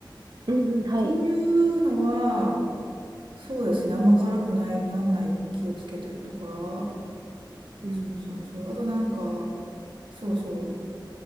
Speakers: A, on the right; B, on the right.
A: うんうん、はい。
B: そういうのは、そうですね、あんま辛くない、なんないように気をつけたりとか。
A: うんうん。
B: そうそうそう。あとなんか、そうそう。